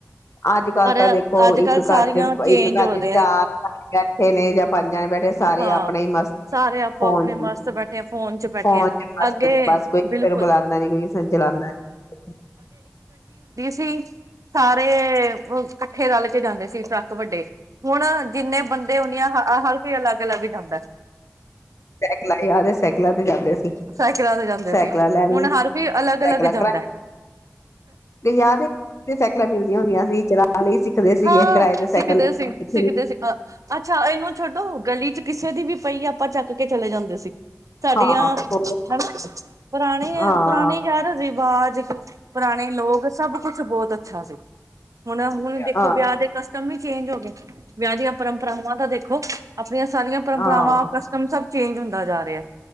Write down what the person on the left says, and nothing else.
ਅੱਜ ਕੱਲ
ਤਾਂ ਦੇਖੋ
ਇੱਕ
ਘਰ ਚ
ਇੱਕ ਘਰ
ਚ
ਚਾਰ ਬੈਠੇ ਨੇ ਜਾਂ ਪੰਜਣੇ ਬੈਠੇ ਸਾਰੇ
ਆਪਣਾ ਹੀ ਮਸਤ
ਫੋਨ
ਚ
ਫੋਨ
ਚ ਮਸਤ
ਬਸ ਕੋਈ ਕਿਸੇ
ਨੂੰ ਬੁਲਾਉਂਦਾ ਨੀ ਕੋਈ ਕਿਸੇ ਨੂੰ ਚਲਾਉਦਾ ਨੀ
ਕਲਾਂ ਆ ਸਾਈਕਲਾਂ ਤੇ ਜਾਂਦੇ ਸੀ
ਸਾਈਕਲਾਂ
ਲੈਣੀ
ਸਕਲਾਂ
ਤੇ ਆਦੇ ਸਾਈਕਲਾਂ ਮਿਲਦੀਆਂ ਹੁੰਦੀਆਂ ਸੀ <unintelligible> ਲਈ ਸਿੱਖਦੇ ਸੀਗੇ
ਕਿਰਾਏ ਦੇ ਸਾਈਕਲ
ਸਿੱਖ
ਹਾਂ ਹੋਰ
ਹਾਂ
ਹਾਂ
ਹਾਂ